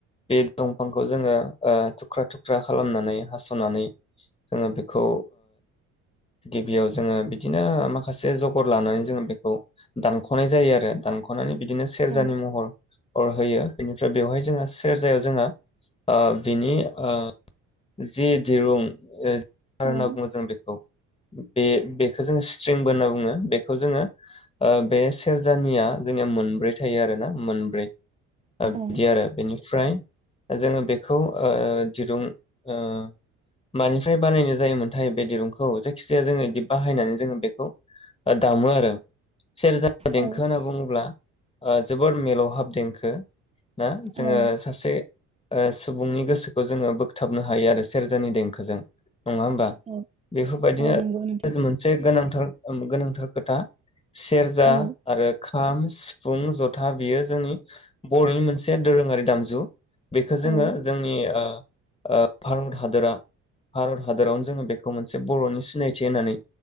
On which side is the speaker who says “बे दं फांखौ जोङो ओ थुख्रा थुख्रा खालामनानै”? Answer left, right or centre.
Left